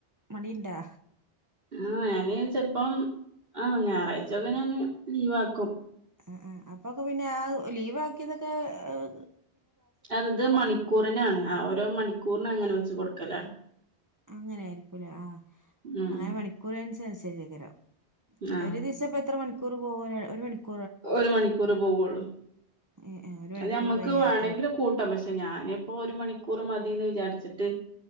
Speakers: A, on the right; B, on the right.
A: മടി ഇണ്ടോ.
B: ആഹ് ഞാന് ചെലിപ്പം ആഹ് ഞായറാഴ്ച ഒക്കെ ഞാന് ലീവ് ആകും.
A: ആഹ് ആഹ് അപ്പൊയൊക്കെ പിന്നെ ആ ലീവ് ആക്കിയതൊക്കെ ഏർ.
B: അതത് മണിക്കൂറിനാണ് ഓരോ മണിക്കൂറിന് അങ്ങനെ വെച്ച് കൊടുക്കലാണ്.
A: അങ്ങനെ ആയിരിക്കൂല്ലോ, ആ
B: ഉം
A: അങ്ങനെ മണിക്കൂർ അനുസരിച്ച്. <unintelligible>
B: ആഹ്
A: ഒരു ദിവസം ഇപ്പൊ എത്ര മണിക്കൂർ പോകാൽ ഒരു മണിക്കൂ
B: ഒരു മണിക്കൂർ പോവുള്ളൂ,
A: ഏ ഏ ഒരു മണിക്കൂർ
B: അത് ഞമ്മുക്ക്
A: കഴിഞ്ഞ
B: വേണമെങ്കിൽ
A: അത്ര
B: കൂട്ടം പക്ഷെ. ഞാനിപ്പോ ഒരു മണിക്കൂർ മതിയെന്ന് വിചാരിച്ചിട്ട്.